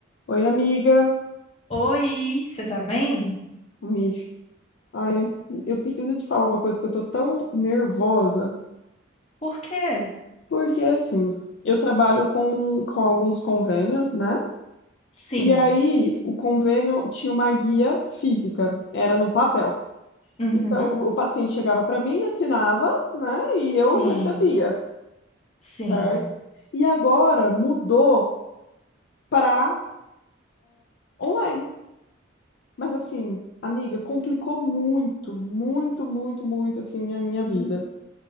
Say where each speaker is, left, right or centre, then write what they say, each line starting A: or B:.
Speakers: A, on the left; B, on the left.
A: Oi, amiga.
B: Oi, você tá bem?
A: Ami. Ai, eu, eu preciso te falar uma coisa que eu tô tão nervosa,
B: Por quê?
A: porque assim, eu trabalho com, com alguns convênios, né?
B: Sim.
A: E aí, o convênio tinha uma guia física, era no papel.
B: Uhum.
A: Então, o paciente chegava para mim, assinava, né? E
B: Sim.
A: eu recebia,
B: Sim.
A: certo? E agora mudou para online. Mas assim, amiga, complicou muito, muito, muito, muito assim a minha vida.
B: M-